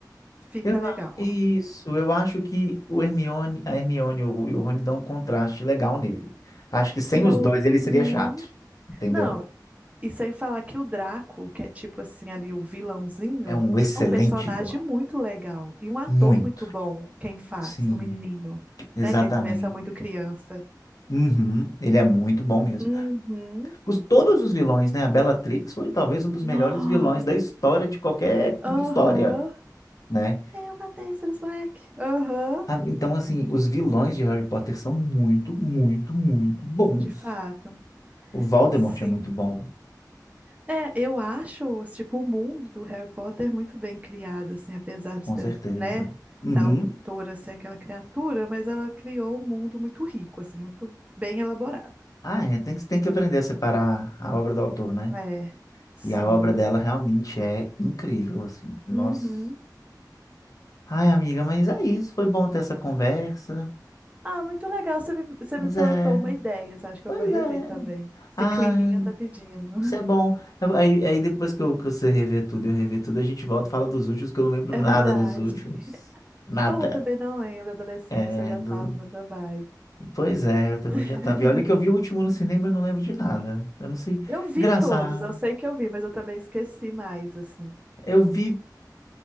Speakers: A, on the right; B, on the left.
A: fica
B: Eu... a-
A: legal.
B: Isso, eu acho que o Hermione, a Hermione e o, e o Rony dão um contraste legal nele. Acho que sem
A: E eu,
B: os dois
A: uhum.
B: ele seria chato, entendeu?
A: Não, E sem falar que o Draco, que é tipo assim ali o vilãozinho,
B: É um excelente
A: é um personagem
B: vilão.
A: muito legal e um ator
B: Muito.
A: muito bom, quem faz,
B: Sim,
A: o menininho,
B: exatamente.
A: né, que começa muito criança.
B: Uhum, ele é muito bom mesmo.
A: Uhum.
B: Os, todos os vilões, né? A Bellatrix foi talvez um dos
A: Nó.
B: melhores vilões da história de qualquer
A: Aham.
B: história, né?
A: É uma Tênis Black. Aham.
B: Ah, Então, assim, os vilões de Harry Potter são muito, muito, muito bons.
A: De fato.
B: O Voldemort
A: Sim.
B: é muito bom,
A: É, eu acho, tipo, o mundo do Harry Potter muito bem criado, assim, apesar dos,
B: com
A: pes-
B: certeza.
A: né,
B: Uhum.
A: da autora ser aquela criatura, mas ela criou um mundo muito rico, assim, muito bem elaborado.
B: Ah, é, tem que, tem que aprender a separar a obra do autor, né?
A: É, sim.
B: E a obra dela realmente é incrível, assim. Nossa.
A: Uhum.
B: Ai, amiga, mas é isso. Foi bom ter essa conversa.
A: Ah, muito legal, você me, você
B: Pois
A: me plantou
B: é,
A: uma ideia, assim, acho que
B: pois
A: eu vou rever
B: é.
A: também. Esse
B: Ah,
A: climinha tá pedindo. <laughs>
B: isso é bom. Aí, aí depois que, eu, que você rever tudo, eu rever tudo, a gente volta e fala dos últimos, que eu não lembro
A: É
B: nada
A: verdade.
B: dos últimos.
A: <laughs>
B: Nada.
A: Oh, eu também não lembro, adolescência
B: É,
A: já
B: do...
A: tava na outra vibe.
B: Pois é, eu também
A: <laughs>
B: já tava. E olha que eu vi o último no cinema e eu não lembro de nada. Eu não sei.
A: Eu vi
B: Engraçado.
A: todos, eu sei que eu vi, mas eu também esqueci mais, assim.
B: Eu vi.